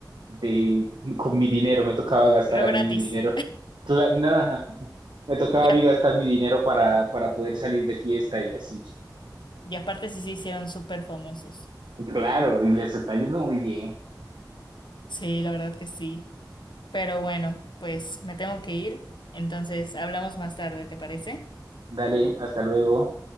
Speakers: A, on the right; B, on the left.
A: de, con mi dinero, me tocaba gastar
B: pero
A: a
B: gratis.
A: mí mi dinero. Cla- nada, me tocaba
B: Y,
A: a mí
B: a-
A: gastar mi dinero para, para poder salir de fiesta y así.
B: y aparte sí se hicieron súper famosos.
A: Claro, y les está yendo muy bien.
B: Sí, la verdad que sí. Pero bueno, pues me tengo que ir. Entonces, hablamos más tarde, ¿te parece?
A: Dale, hasta luego.